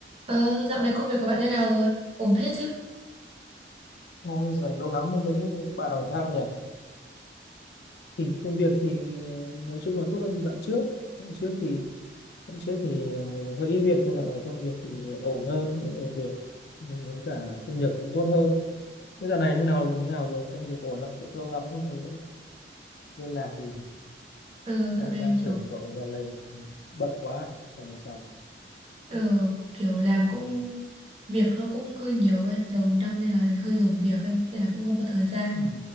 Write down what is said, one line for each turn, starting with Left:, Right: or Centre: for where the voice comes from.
Right: Ờ, dạo này công việc của bạn thế nào rồi? Ổn hết chứ?
Left: Ôi giời, lâu lắm mới thấy bạn hỏi thăm nhỉ. Thì công việc thì nói chung là tốt hơn dạo trước. Dạo trước thì dạo trước thì ờ, hơi ít việc nhưng dạo này công việc thì ổn hơn, có nhiều việc Nhưng với cả thu nhập cũng tốt hơn. Thế dạo này như nào như nào rồi? Công việc ổn không? Lâu lắm không thấy liên lạc gì.
Right: Ờ, dạo
Left: Đang
Right: này
Left: đang
Right: em kiểu
Left: tưởng cậu dạo này bận quá à? Phải làm sao?
Right: ờ, kiểu làm cũng việc nó cũng hơi nhiều ấy, đầu năm nên là hơi dồn việc ấy, nên là cũng không có thời gian,
Left: Ừ.